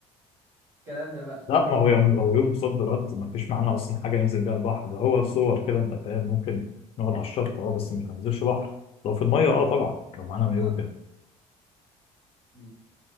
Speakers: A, on the right; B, on the left.
A: والكلام <laughs> ده بقى
B: لا ما هو يوم لو يوم صد رد ما فيش معانا اصلا حاجه ننزل بيها البحر ده هو صور كده انت فاهم ممكن نقعد على الشط اه بس مش هننزلش بحر لو في الميه اه طبعا لو معانا مايو
A: اه
B: كده
A: مم.